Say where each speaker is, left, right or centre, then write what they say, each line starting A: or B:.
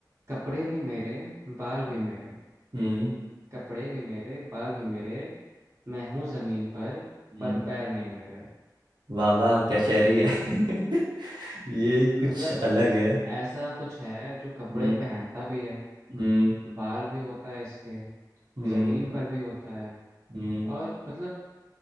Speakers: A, on the right; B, on the right.
A: कपड़े भी मेरे बाल भी
B: हम्म
A: मेरे
B: हम्म
A: कपड़े भी मेरे बाल भी मेरे मैं हूँ जमीन पर
B: हम्म,
A: पर पैर नहीं मेरे
B: वाह वाह क्या शायरी है <laughs> ये कुछ
A: मतलब
B: अलग है
A: ऐसा कुछ है जो कपड़े
B: हम्म
A: पहनता भी है
B: हम्म
A: बाल भी होता है इसके
B: हम्म
A: जमीन पर भी होता है
B: हम्म
A: और मतलब